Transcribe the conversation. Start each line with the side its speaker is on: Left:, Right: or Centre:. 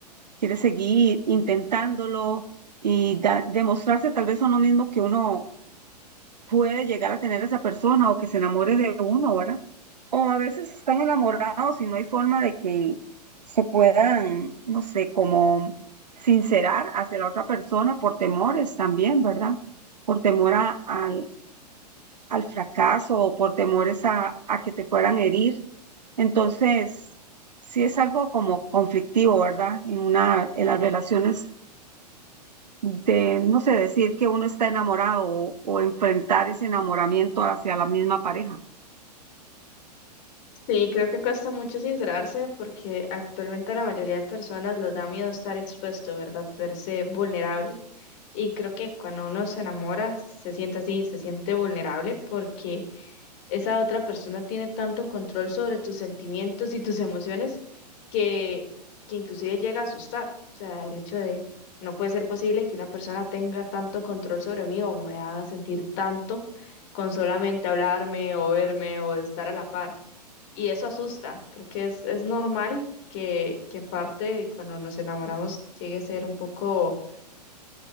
Right: Quiere seguir intentándolo y da- demostrarse tal vez a uno mismo que uno puede llegar a tener esa persona o que se enamore de uno, ¿verdad? O a veces están enamorados y no hay forma de que se puedan, no sé, como sincerar hacia la otra persona por temores también, ¿verdad? Por temor a- al, al fracaso o por temores a, a que te puedan herir. Entonces, sí es algo como conflictivo, ¿verdad? En una, en las relaciones de, no sé, decir que uno está enamorado o, o enfrentar ese enamoramiento hacia la misma pareja.
Left: Sí, creo que cuesta mucho sincerarse porque actualmente a la mayoría de personas les da miedo estar expuesto, ¿verdad? Verse vulnerable. Y creo que cuando uno se enamora, se siente así, se siente vulnerable porque esa otra persona tiene tanto control sobre tus sentimientos y tus emociones que, que inclusive llega a asustar. O sea, el hecho de no puede ser posible que una persona tenga tanto control sobre mí o me haga sentir tanto con solamente hablarme o verme o estar a la par. Y eso asusta. Creo que es, es normal que, que en parte cuando nos enamoramos llegue a ser un poco